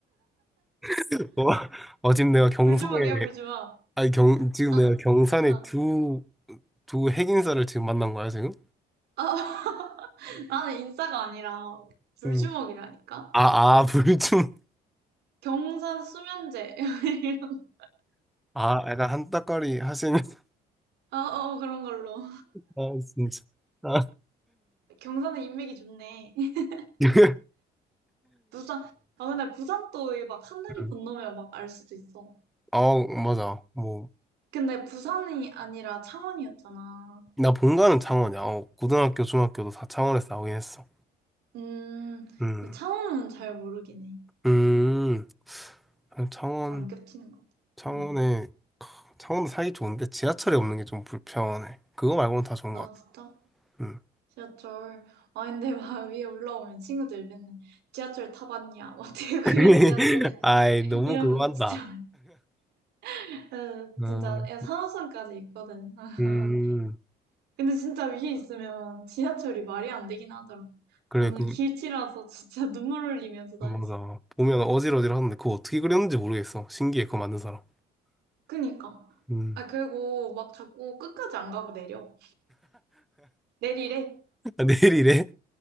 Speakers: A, in the centre; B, on the right (about 75°).
A: <laughs> 어, 지금 내가 경성에,
B: 불주먹이야, 불주먹.
A: 아니, 경, 지금
B: 아,
A: 내가 경산에
B: 아,
A: 두, 두 핵인사를 지금 만난 거야, 지금?
B: 아. <laughs> 나는 인싸가 아니라 불주먹이라니까?
A: 음. 아, 아, <laughs> 불좀,
B: 경선 수면제. <laughs>
A: 아, 약간 한따까리 하시는, <laughs>
B: 어, 어, 그런 걸로.
A: 아, 진짜. 아.
B: 경선에 인맥이 좋네. <laughs>
A: <laughs>
B: 부산, 아, 근데 부산 또막 하늘이
A: 음.
B: 건너면 막 알 수도 있어.
A: 아, 맞아. 뭐.
B: 근데 부산이 아니라 창원이었잖아.
A: 나 본가는 창원이야. 어, 고등학교, 중학교도 다 창원에서 나오긴 했어.
B: 음,
A: 음,
B: 근데 창원은 잘 모르긴 해.
A: 음,
B: 음,
A: 창원,
B: 잘안 겹치는 것 같아.
A: 창원에,
B: 음.
A: 창원도 살기 좋은데 지하철이 없는 게 좀 불편해. 그거 말고는 다 좋은
B: 아,
A: 것
B: 진짜?
A: 같아. 음.
B: 지하철. 아, 근데 막 <laughs> 위에 올라오면 친구들 맨날 지하철 타봤냐? 뭐 어떻게 <laughs> 그게
A: <laughs>
B: 지하철이냐?
A: 아이, 너무
B: 이런
A: 그거
B: 거
A: 한다.
B: 진짜. <laughs> 아,
A: 음,
B: 진짜, 야, 산호선까지 있거든. <laughs> 아,
A: 음,
B: 네. 근데 진짜 위에 있으면 지하철이 말이 안 되긴 하더라.
A: 그래,
B: 나는
A: 그,
B: 길치라서 진짜 <laughs> 눈물 흘리면서
A: 맞아.
B: 다녔어.
A: 보면 어질어질하는데 그거 어떻게 그렸는지 모르겠어. 신기해, 그거 만든 사람.
B: 그니까.
A: 음.
B: 아, 그리고 막 자꾸 끝까지 안 가고 내려. 내리래.
A: 아, 내일이래?